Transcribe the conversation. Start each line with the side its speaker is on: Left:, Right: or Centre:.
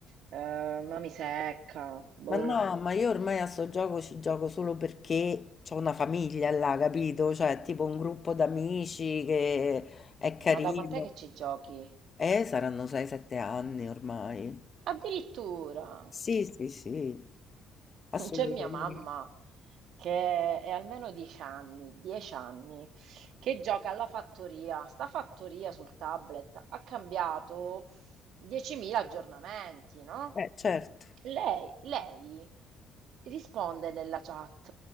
Right: Eh, ma mi secca, boh.
Left: Ma no, ma io ormai a sto gioco ci gioco solo perché ho una famiglia là, capito? Cioè, tipo un gruppo d'amici che è carino.
Right: Ma da quant'è che ci giochi?
Left: Eh, saranno 6-7 anni ormai.
Right: Addirittura!
Left: Sì,
Right: <laughs>
Left: sì, sì, assolutamente.
Right: C'è mia mamma, che è almeno 10 anni, 10 anni, che gioca alla fattoria. Sta fattoria sul tablet ha cambiato 10.000 aggiornamenti, no?
Left: Eh, certo.
Right: Lei, lei risponde nella chat,